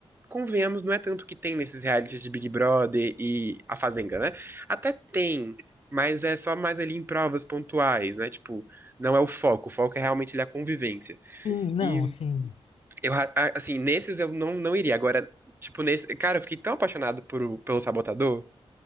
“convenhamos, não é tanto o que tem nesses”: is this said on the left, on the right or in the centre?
Right